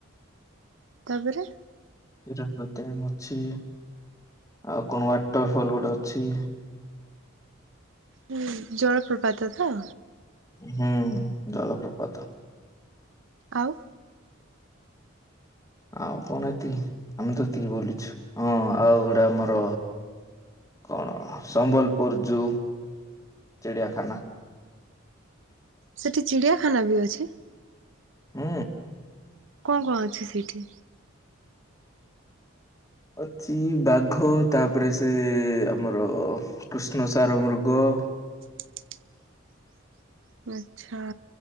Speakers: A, on the right; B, on the left.
A: ତାପରେ?
B: ହିରାକୁଦ ଡ୍ୟାମ ଅଛି। ଆଉ କଣ ୱାଟର୍ ଫଲ୍ ଗୋଟେ ଅଛି।
A: ହୁଁ ଜଳପ୍ରପାତ ତ?
B: ହୁଁ ଜଲାପ୍ରପାତ।
A: ଆଉ?
B: ଆଉ କଣ ଏତିକି ଆମେ ତ ଏତିକି ବୁଲିଛୁ ହଁ ଆଉ ଗୋଟେ ଆମର କଣ ସମ୍ବଲପୁର ଯୁ ଚିଡିଆଖାନା।
A: ସେଠି ଚିଡ଼ିଆଖାନା ବି ଅଛି?
B: ହୁଁ।
A: କଣ କଣ ଅଛି ସେଇଠି?
B: ଅଛି ବାଘ ତାପରେ ସେ ଆମର କୃଷ୍ଣସାର ମୃଗ ଗ
A: <inaudible> ଆଚ୍ଛା।